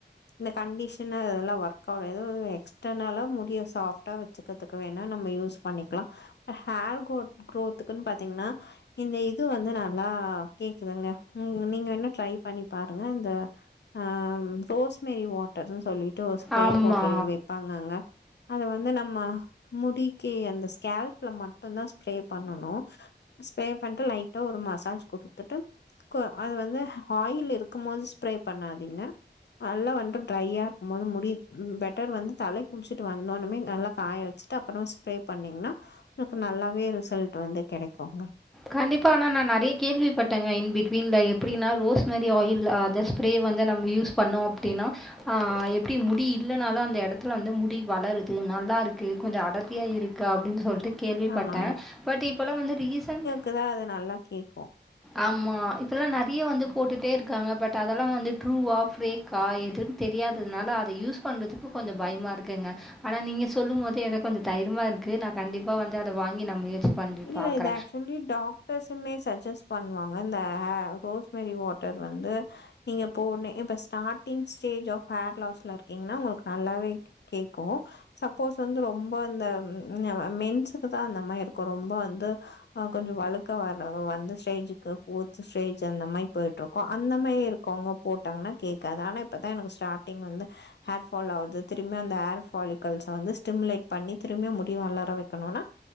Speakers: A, on the left; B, in the centre.
A: இந்த கண்டிஷனரு இதெல்லா ஒர்க் <unintelligible> எக்ஸ்டர்னலா முடிய சாப்டா வெச்சிக்கிறதுக்கு வேணா நம்ம யூஸ் பண்ணிக்லா ஹேர்குரோ குரோத்துக்குன்னு பாத்தீங்ன்னா இந்த இது வந்து நல்லா கேக்குதுங்க நீங்க வேணுனா ட்ரை பண்ணி பாருங்க இந்த ஆ ரோஸ்மெரி வாட்டர்னு சொல்லிட்டு ஒரு ஸ்ப்ரே
B: ஆமா.
A: பாட்டில் வெப்பாங்கங்க அத வந்து நம்ம முடிக்கி அந்த ஸ்கேல்ப்ல மட்டுந்தா ஸ்ப்ரே பண்ணணு ஸ்ப்ரே பண்ட்டு லைட்டா ஒரு மசாஜ் குடுத்துட்டு கு அது வந்து ஆயில் இருக்கும் போது ஸ்ப்ரே பண்ணாதீங்க நல்லா வந்து ட்ரையா இருக்கும் போது முடி பெட்டர் வந்து தலை குளிச்சுட்டு வந்தோனமே நல்லா காய வச் வச்சுட்டு அப்புறமா ஸ்ப்ரே பண்ணிங்ன்னா உங்களுக்கு நல்லாவே ரிசல்ட் வந்து கெடைக்குங்க
B: கண்டிப்பா ஆனா நான் நறைய கேள்விப்பட்டேங்க இன் பிட்வீன்ல எப்டின்னா ரோஸ்மரி ஆயில் அத ப்ரே வந்து நம்ம யூஸ் பண்ணோ அப்டின்னா ஆ எப்டி முடி இல்லைனாலு அந்த எடத்துல வந்து முடி வளருது நல்லா இருக்கு கொஞ்சம் அடர்த்தியா இருக் கு அப்டின் சொல்ட்டு கேள்விப்பட்டே
A: ஆமா
B: பட் இப்பல்லா வந்து ரீசன்ட்
A: க்குதா அது நல்லா கேக்கூ
B: ஆமா இப்பெல்லா நறைய வந்து போட்டுட்டே இருக்காங்க பட் அதெல்லா வந்து ட்ரூவா ஃபேக் கா எதுன் தெரியாததுனால அதை யூஸ் பண்ணுறதுக்கு கொஞ்ச பயமா இருக்குங்க ஆனா நீங்க சொல்லும் போது எதோ கொஞ்சம் தைரிமா இருக்கு நா கண்டிப்பா வந்து அத வாங்கி நா முயற்சி பண்ணி
A: இல்ல
B: பார்க்குறேன்.
A: இது ஆக்சுலி டா க்டஸ்ஸுமே சஜஸ்ட் பண்ணுவாங்க இந்த அ ரோஸ்மெரி வாட்டர் வந்து நீங்க போன இப்ப ஸ்டார்டிங் ஸ்டேஜ் ஆப் ஹேர் லாஸ்ல இருக்கீங்கன்னா உங்களுக்கு நல்லாவே கேக்கூ சப்போஸ் வந்து ரொம்ப அந்த மென்ஸுக்கு தா அந்த மார்ருக் கொ ரொம்ப வந்து ஆ கொஞ்சொ வலுக்க வர வந்த ஸ்டேஜுக்கு ஃபோர்த் ஸ்டேஜ் அந்த மாரி போய்ட்ருக்கோ அந்த மாரி இருக்கோவ்ங்க போட்டாங்கன்னா கேக்காது ஆனா இப்பதா எனக்கு ஸ்டார்டிங் வந்து ஹேர் ஃபால் ஆகுது திரும்பி அந்த ஹேர் ஃபாலிக்கல்ஸ வந்து ஸ்டிம்லேட்பண்ணி திரும்பியு முடி வளர வெக்கனுனா